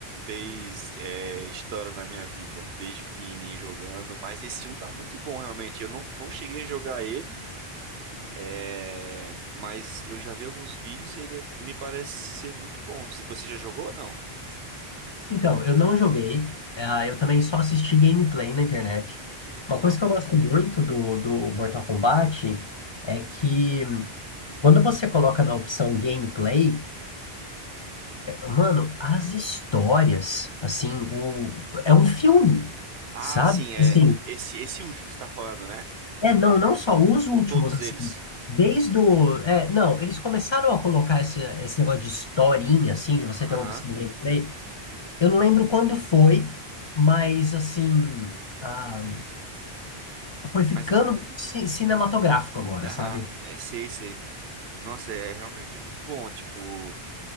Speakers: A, on the right; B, on the left.
A: Fez é, história na minha vida, desde pequenininho jogando. Mas esse um tá muito bom, realmente. Eu não, não cheguei a jogar ele. É, mas eu já vi alguns vídeos e ele me parece ser muito bom. Se Você já jogou ou não?
B: Então, eu não joguei. ah, eu também só assisti gameplay na internet. Uma
A: Aham.
B: coisa que eu gosto muito do, do Mortal Kombat é que quando você coloca na opção gameplay, Mano, as histórias, assim, o... é um filme,
A: Ah,
B: sabe?
A: sim, é.
B: Assim,
A: O- Esse, esse último que você tá falando, né?
B: é, não, não só os últimos,
A: Ou todos
B: assim,
A: eles?
B: desde o... É, não, eles começaram a colocar esse, esse negócio de historinha, assim, de você
A: Aham.
B: ter uma pessoa de gameplay. Eu não lembro quando foi, mas, assim, ah, foi ficando
A: Mas,
B: ci- cinematográfico agora,
A: aham,
B: sabe?
A: é, sei, sei. Nossa, é realmente é muito bom. Tipo,